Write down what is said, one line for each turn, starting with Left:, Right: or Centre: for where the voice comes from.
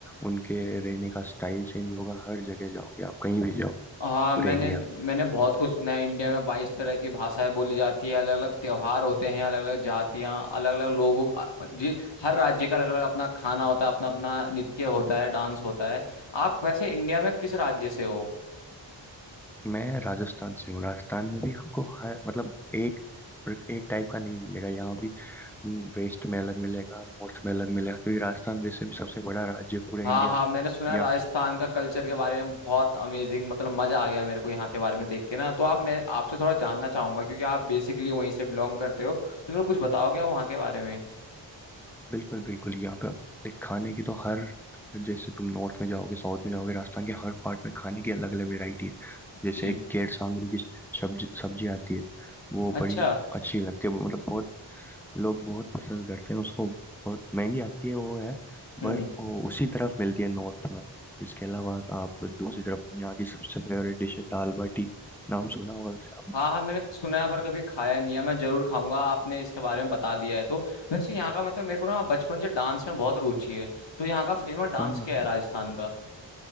Centre: उनके रहने का स्टाइल चेंज होगा हर जगह जाओगे आप कहीं भी जाओ
Left: हाँ
Centre: पूरे
Left: मैंने
Centre: इंडिया
Left: मैंने
Centre: में
Left: बहुत कुछ सुना है इंडिया में बाईस तरह की भाषाएं बोली जाती है अलग अलग त्योहार होते हैं अलग अलग जातियाँ अलग अलग लोगों अ- जी हर राज्य का अलग अलग अपना खाना होता है अपना अपना नृत्य होता है डांस होता है आप वैसे इंडिया में किस राज्य से हो
Centre: मैं राजस्थान से हूँ राजस्थान में भी आपको हर मतलब एक एक टाइप का नहीं मिलेगा यहाँ भी वेस्ट में अलग मिलेगा नॉर्थ में अलग मिलेगा क्योंकि राजस्थान वैसे भी सबसे बड़ा राज्य है पूरे
Left: हाँ
Centre: इंडिया
Left: हाँ
Centre: का
Left: मैंने सुना है
Centre: यहाँ
Left: राजस्थान का कल्चर के बारे में बहुत अमेजिंग मतलब मजा आ गया मेरे को यहाँ के बारे में देख के ना तो आप मैं आपसे थोड़ा जानना चाहूंगा क्योंकि आप बेसिकली वहीं से बिलोंग करते हो तो मेरे को कुछ बताओगे आप वहाँ के बारे में
Centre: बिल्कुल बिल्कुल यहाँ पे आप- एक खाने की तो हर जैसे तुम नॉर्थ में जाओगे साउथ में जाओगे राजस्थान के हर पार्ट में खाने की अलग अलग वैरायटी है जैसे
Left: जी
Centre: एक केर सांगरी की सब्जी सब्जी आती है वो
Left: अच्छा
Centre: बड़ी अच्छी लगती है मतलब बहुत लोग बहुत पसंद करते हैं उसको बहुत महंगी आती है वो है
Left: हम्म
Centre: पर वो उसी तरफ मिलती है नॉर्थ में इसके अलावा आप दूसरी तरफ यहाँ की सबसे फेवरेट डिश है दाल बाटी नाम सुना होगा वैसे आपने
Left: हाँ हाँ मैंने सुना है पर कभी खाया नहीं है मैं जरूर खाऊंगा आपने इसके बारे में बता दिया है तो वैसे यहाँ का मतलब मेरे को ना बचपन से डांस में बहुत रुचि है तो यहाँ का फेमस डांस
Centre: हाँ
Left: क्या है राजस्थान का